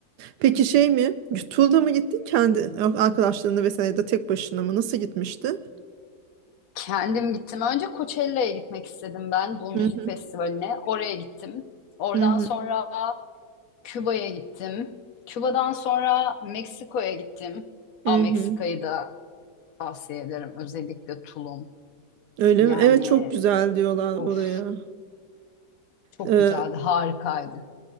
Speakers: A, on the right; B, on the left.
A: Peki şey mi? Turda mı gittin kendi yok, arkadaşlarınla vesaire ya da tek başına mı? Nasıl gitmiştin?
B: Kendim gittim. Önce Coachella'ya gitmek istedim ben bu müzik
A: Hı
B: festivaline. Oraya gittim. Oradan
A: hı hı
B: sonra
A: hı.
B: Küba'ya gittim. Küba'dan sonra Meksiko'ya gittim.
A: hı
B: Aa, Meksika'yı
A: hı.
B: da tavsiye ederim. Özellikle Tulum.
A: Öyle
B: Yani
A: mi? Evet çok güzel diyorlar
B: of
A: oraya.
B: çok
A: Ee,
B: güzeldi, harikaydı.